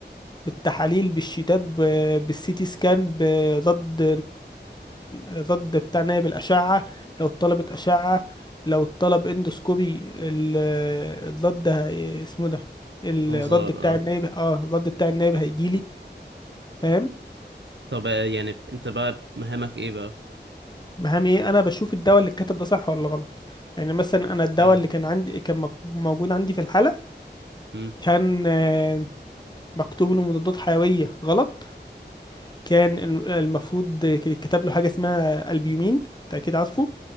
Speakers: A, on the left; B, on the right.
A: بالتحاليل بالشيتات ب- بالسيتي سكان بضد ضد بتاع نايب الأشعة لو اتطلبت أشعة لو اتطلب اندوسكوبي ال- الضد هي- اسمه ده الضد
B: انظار
A: بتاع
B: اه
A: النايب اه الضد بتاع النايب هيجيلي فاهم
B: طب آه، يعني بت- انت بقى مهامك ايه بقى
A: مهم ايه انا بشوف الدواء اللي الكاتب ده صح ولا غلط يعني مثلا انا الدواء
B: حلو
A: اللي كان عندي كان مك- موجود عندي في الحالة
B: امم
A: كان آه، مكتوب له مضادات حيوية غلط كان الم- المفروض اتكتب له حاجة اسمها البيومين انت اكيد عارفه